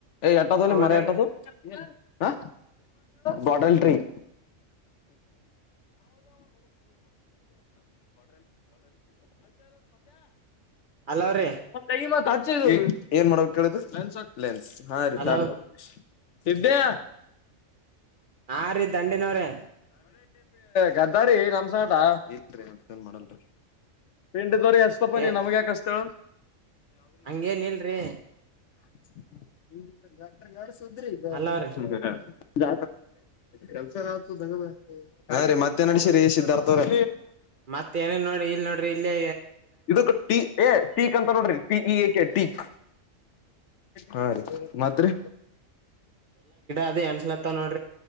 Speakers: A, on the left; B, on the right.
A: ಎಟಾದಲ್ಲಿ
B: ಹೌದೇನ್ರಿ
A: ಮರ ಎಟದು- ಹಾ ಬಾಟಲಿಟ್ರೆ -
B: ಅಲವ್ರಿ
A: ಮ <unintelligible> ಏನ್ ಮಾಡ್ಬೇಕು ಹೇಳುದು ಲೆನ್ಸ್ ಹಾ ರೀತಾಡ್ಬಬ
B: ಹಲೋ
A: ಸಿದ್ದ್ಯಾ
B: ಹಾ ರೀ ದಂಡಿನವ್ರೇ
A: ಗದ್ದಾರಿ ನಮ್ಸಟ ಏೀ <unintelligible> ಪಿಂಡ ದೋರಿ ಎಷ್ಟತಪ ನೀ
B: ಏ
A: ನಮ್ಗ ಯಾಕ ಅಷ್ಟತು
B: ಹಂಗೇನ್ ಇಲ್ರಿ
A: ಈ ಗ ಗ <inaudible> ಸುದ್ರಿ ಇದು
B: ಅಲವ್ರಿ
A: <inaudible> ಜ ಕೆಲ್ಸ <unintelligible> ಹಾ ರೀ ಮತ್ತೆ ನಡಸರಿ ಸಿದ್ಧಾರ್ಥವ್ರೇ
B: ಮತ್ತ ಏನೇನ್ ನೋಡ್ರಿ ಇಲ್ಲ್ ನೋಡ್ರಿ ಇಲ್ಲೇ
A: ಇದಕ್ ಟೀ ಏ ಟೀಕ್ ಅಂತ ನೋಡ್ರಿ ಟೀ ಎ ಕೆ ಟೀಕ್ ಹಾ ರೀ ಮತ್ರಿ
B: ಅದೇ ಎಂನ್ಸ್ಲತ ನೋಡಿ